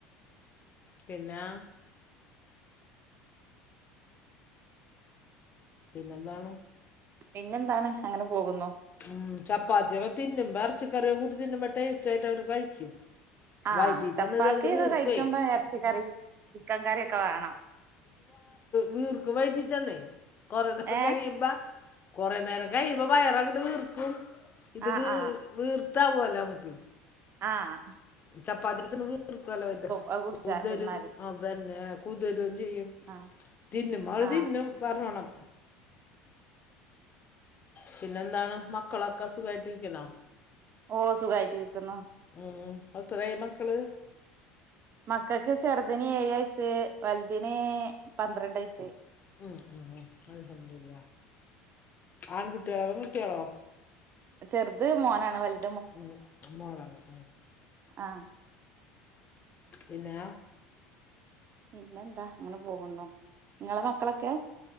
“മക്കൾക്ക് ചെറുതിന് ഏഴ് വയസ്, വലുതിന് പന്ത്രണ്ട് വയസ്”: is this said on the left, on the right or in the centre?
Right